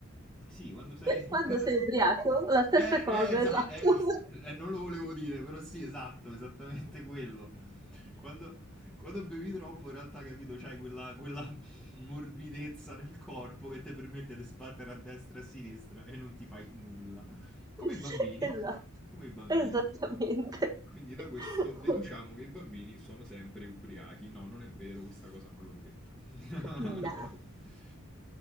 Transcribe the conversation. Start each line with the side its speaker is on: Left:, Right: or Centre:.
Centre: sì, quando sei, <laughs>
Right: Quando
Centre: quando...
Right: sei ubriaco, la stessa
Centre: Eh,
Right: cosa,
Centre: eh, esa-
Right: esatto,
Centre: eh, eh, non lo volevo dire, però sì, esatto, esattamente quello. Quando, quando bevi troppo, in realtà, capito, c'hai quella, quella morbidezza nel corpo che ti permette di sbattere a destra e a sinistra e non ti fai nulla.
Right: <laughs>
Centre: Come i bambini,
Right: esatto,
Centre: come i bambini.
Right: esattamente.
Centre: Quindi da questo
Right: <laughs>
Centre: deduciamo che i bambini sono sempre ubriachi. No, non è vero, questa cosa non l'ho detta. <laughs>
Right: No,